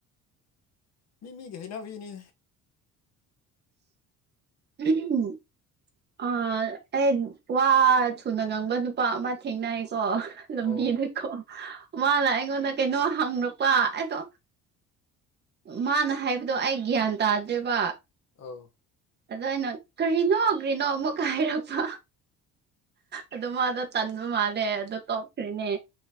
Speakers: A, on the left; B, on the right.
A: ꯃꯤ ꯃꯤꯒꯤ ꯍꯩꯅꯕꯤꯅꯤ
B: ꯎꯝ ꯑꯥ ꯑꯩ ꯋꯥ ꯊꯨꯅ ꯉꯪꯕ ꯅꯨꯄꯥ ꯑꯃ ꯊꯦꯡꯅꯩꯀꯣ ꯂꯝꯕꯤꯗꯀꯣ
A: ꯑꯣ
B: ꯃꯥꯅ ꯑꯩꯉꯣꯟꯗ ꯀꯩꯅꯣ ꯍꯪꯗꯛꯄ ꯑꯩꯗꯣ ꯃꯥꯅ ꯍꯥꯏꯕꯗꯣ ꯑꯩ ꯒ꯭ꯌꯥꯟ ꯇꯥꯗ꯭ꯔꯦꯕ
A: ꯑꯥꯎ
B: ꯑꯗꯨꯗ ꯑꯩꯅ ꯀꯔꯤꯅꯣ ꯀꯔꯤꯅꯣ ꯑꯃꯨꯛꯀ ꯍꯥꯏꯔꯕ ꯑꯗꯨ ꯃꯥꯗꯣ ꯆꯟꯕ ꯃꯥꯜꯂꯦ ꯑꯗꯨꯗ ꯇꯣꯛꯈ꯭ꯔꯤꯅꯦ